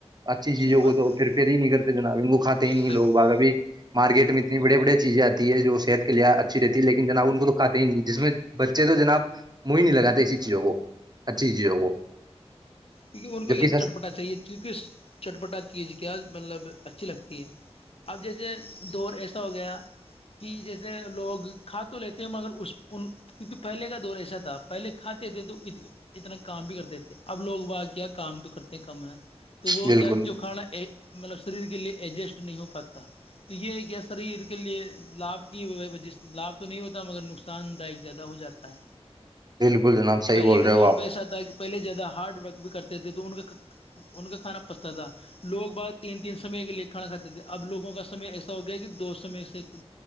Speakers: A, on the right (about 40°); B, on the left (about 60°).
A: اچھی چیزوں
B: صحیح بات
A: کو تو
B: ہے جناب
A: پھر پھر ہی نہیں کرتے جناب وہ کو کھے
B: صحیح
A: ہی نہیں لوگ
B: بات
A: بگ ابھی مارکیٹ میں اتنی بڑی بڑی چیزیں آتی ہے جو صحت کے لیے اچھی رہتی لیکن جناب ان کو تو کاتے ہی نہیں جس میں بچے تو جناب منہ ہی نہیں لگے اسی چیزوں کو اچھی چیزوں کو
B: کیونکہ ان کو
A: جبکہ
B: یہ چٹپٹا
A: سس
B: چاہیے چٹپٹا چیز کیا مطلب اچھی لگی اب جیسے دور ایسا ہو گیا کہ جیسے لوگ کھا تو لیتے ہیں مگر کیونکہ پہلے کا دور حصہ تھا پہلے کھاتے تھے تو اتنا کام بھی کرتے تھے اب لوگ بات کیا کام تو کرتے ہیں کم ہیں تو وہ
A: بالکل
B: کیا جو کھانا کے لیے ایجسٹ نہیں ہو پاتا تو یہ گیسر عید کے لیے لاب کیے ہوئے ہیں لاب تو نہیں ہوتا مگر نقصان زیادہ ہو جاتا ہے
A: بالکل جناب صحیح
B: پہلے
A: بول
B: کے
A: رہے
B: دور
A: ہو اپ
B: پہ پہلے جگہ ہارڈ ورک بھی کرتے تھے تو ان کا ان کا کھانا پچھتا تھا لوگ باہر تین تین سمے کے لیے کھڑا کرتے تھے اب لوگوں کا سمی ایسا ہو گیا کہ دوستوں میں سے